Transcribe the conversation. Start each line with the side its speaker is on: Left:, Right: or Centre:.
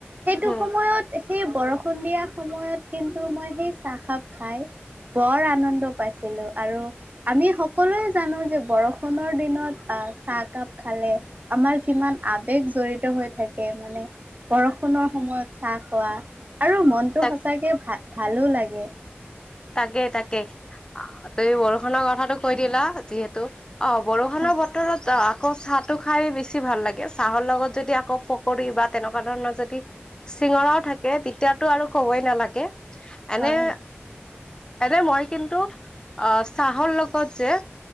Right: সেইটো
Left: হম
Right: সময়ত সেই বৰষুণ দিয়া সময়ত কিন্তু মই সেই চাহ খাপ খায় বৰ আনন্দ পাইছিলো, আৰু আমি স সকলোৱে জানো যে বৰষুণৰ দিনত আ চাহকাপ খালে আমাৰ কিমান আবেগ জড়িত হৈ থাকে, মানে বৰষুণৰ সময়ত চাহ খোৱা আৰু মনটো
Left: তাক
Right: সঁচাকে ভা ভালো লাগে।
Left: তাকেই, তাকেই তুমি বৰষুণৰ কথাটো কৈ দিলা যিহেতু অ, বৰষুণৰ
Right: হয়
Left: বতৰত অ আকৌ চাত টো খায় বেছি ভাল লাগে, চাহৰ লগত যদি আকৌ পকৰি বা তেনেকুৱা ধৰণৰ যদি চিঙৰাও থাকে তেতিয়াতো আৰু কবই নালাগে। এনে
Right: হয়
Left: এনে মই কিন্তু আহ চাহৰ লগত যে